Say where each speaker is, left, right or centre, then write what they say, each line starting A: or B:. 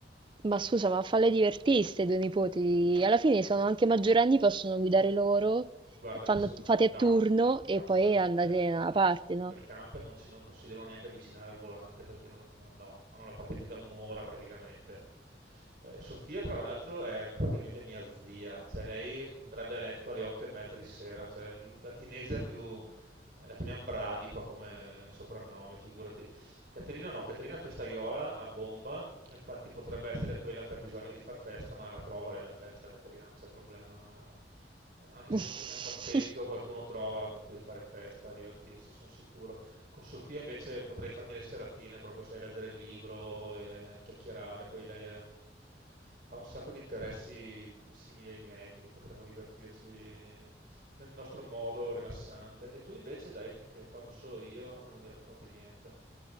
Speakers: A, on the right; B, on the right.
A: Ma scusa, ma falle divertire ste due nipoti. Alla fine sono anche maggiorenni, possono guidare loro,
B: Guarda
A: fanno-
B: che so...
A: fate
B: No,
A: a turno e
B: no,
A: poi
B: guarda,
A: andate
B: cioè,
A: da una
B: no,
A: parte, no?
B: quel camper non, ci- non- non si devono neanche avvicinare al volante perché non, no, no, hanno la patente da un'ora praticamente. Eh, Sofia, tra l'altro, è praticamente mia zia, cioè lei andrebbe a letto alle otto e mezza di sera, cioè l- la teenager più... eh, La chiamiamo Bradipa come soprannome, figurati. Caterina no, Caterina è festaiola a bomba, Infatti potrebbe essere quella che ha bisogno di far festa, ma la trova lei la festa, Caterina, non c'è problema. non ha- eh, Anche
A: <laughs>
B: se è un campeggio, qualcuno trova con cui fare festa, divertirsi, sono sicuro. Con Sofia invece potrei farmi le seratine, proprio sai, leggere il libro e chiacchierare. Poi lei è- ha un sacco di interessi simili ai miei, quindi potremmo divertirci nel nostro modo rilassante. E tu invece, dai, che parlo solo io e non mi racconti niente.